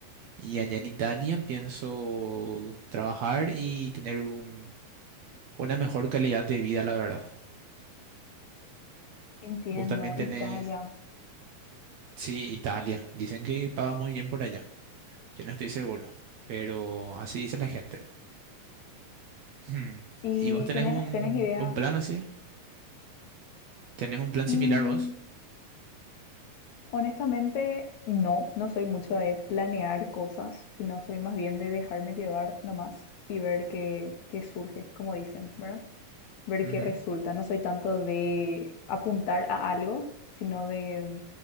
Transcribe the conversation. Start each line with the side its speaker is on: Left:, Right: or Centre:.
Right: Y allá en Italia pienso trabajar y tener un, una mejor calidad de vida, la verdad.
Left: Entiendo,
Right: ¿Vos también tenés...
Left: Italia.
Right: Sí, Italia. Dicen que paga muy bien por allá. Yo no estoy seguro, pero así dice la gente. Hmm.
Left: ¿Y
Right: ¿Y vos tenés
Left: tenés,
Right: un,
Left: tenés idea?
Right: un plan así? ¿Tenés un plan similar
Left: Mm,
Right: vos?
Left: honestamente, no, no soy mucho de planear cosas, sino soy más bien de dejarme llevar nomás y ver qué, qué surge, como dicen, ¿verdad? ver
Right: Ujú.
Left: qué resulta. No soy tanto de apuntar a algo, sino de